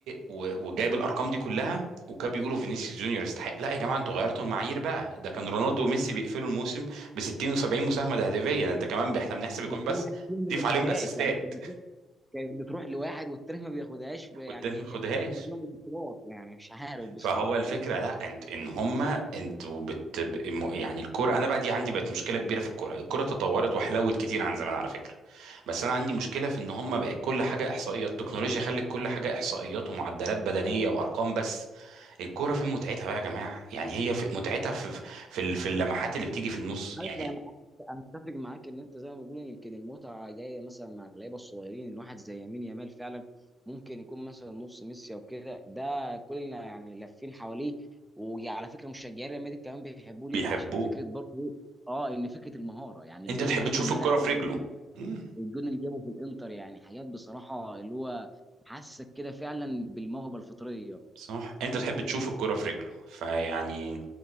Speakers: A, on the right (about 80°); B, in the centre.
A: و... وجايب الارقام دي كلها وكان بيقولوا فينيسيوس جونيور يستحق لا يا جماعه انتوا غيرتوا المعايير بقى ده كان رونالدو وميسي بيقفلوا الموسم ب 60 و70 مساهمه تهديفيه ده انت كمان ب- احنا بنحسب الجون
B: كان
A: بس
B: في واحد فيهم ما
A: ضيف
B: بياخدهاش
A: عليهم اسيستات
B: يعني كانت بتروح كانت بتروح لواحد والتاني ما بياخدهاش يعني
A: والتاني ما ياخدهاش
B: كانت بتفرق ما بينهم البطولات يعني مش عارف بصراحه
A: فهو الفكره لا انت ان هما انتوا بت... ب- م- يعني الكوره انا بقى دي عندي بقت مشكله كبيره في الكوره الكوره تطورت وحلوت كتير عن زمان على فكره بس انا عندي مشكله في ان هما بقت كل حاجه احصائيات التكنولوجيا خلت كل حاجه احصائيات ومعدلات بدنيه وارقام بس الكوره فين متعتها بقى يا جماعه يعني هي في متعتها في في ال- في اللمحات اللي بتيجي في النص
B: عارف
A: يعني
B: يعني انا اتفق معاك ان انت زي ما بقول يمكن المتعه جايه مثلا مع اللعيبه الصغيرين ان واحد زي يمين يامال فعلا ممكن يكون مثلا نص ميسي او كده ده كلنا يعني لافين حواليه وعلى فكره مشجعين ريال مدريد كمان بيحبوه
A: بيحبوه
B: ليه عشان فكره برضه إيه؟ اه ان فكره المهاره يعني الجون
A: انت بتحب
B: اللي جابه
A: تشوف
B: امبارح
A: الكوره
B: ده
A: في
B: والجون
A: رجله مم.
B: والجون اللي جابه في الانتر يعني حاجات بصراحه اللي هو حاسك كده فعلا بالموهبه الفطريه
A: صح انت تحب تشوف الكرة في رجله فيعني